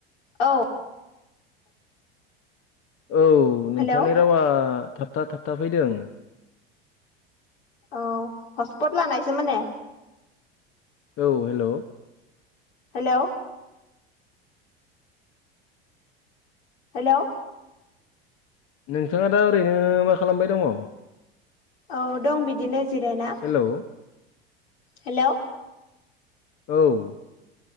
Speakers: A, on the left; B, on the left.
A: औ
B: औ नोंथांनि
A: हेलौ
B: रावा थाबथा थाबथा फैदों
A: औ हसपट लानायसो माने
B: औ हेलौ
A: हेलौ हेलौ
B: नोंथाङा दा ओरैनो मा खालामबाय दङ?
A: औ दं बिदिनो जिरायना।
B: हेलौ
A: हेलौ
B: औ